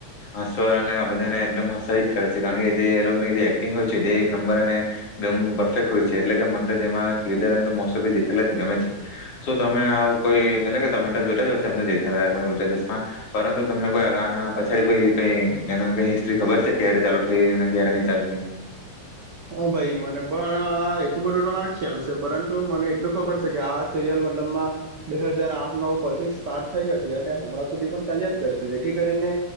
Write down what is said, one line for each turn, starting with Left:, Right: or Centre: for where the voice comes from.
Left: હસવા અને આ બધાને એકદમ હસવાહી જ કરે છે કારણ કે જે એ લોકોની જે એક્ટિંગ હોય છે તે એક નંબર અને એકદમ પરફેક્ટ હોય છે. એટલે કે મને તો તેમાં કિરદાર એમ તો મોસ્ટ ઓફલી જેઠાલાલ જ ગમે છે. શું તમે આવું કોઈ એટલે કે તમે તો જોતા જ હશો જેઠાલાલ કા ઉલ્ટા ચશ્મા પરંતુ તમને કોઈ આના પછડી કોઈ કઈ એના કાઈ હિસ્ટ્રી ખબર છે ક્યારે ચાલુ થઈ અને ક્યારે નહી ચાલુ થઈ?
Right: હા ભાઈ મને પણ એટલું બધું તો ના ખ્યાલ છે. પરંતુ મને એટલું ખબર છે કે આ સિરિયલ મતલબમાં બે હજાર આઠ નવ પછી સ્ટાર્ટ થઈ હતી. અને હમણાં સુધી પણ ચાલ્યા જ કરે છે જેથી કરીને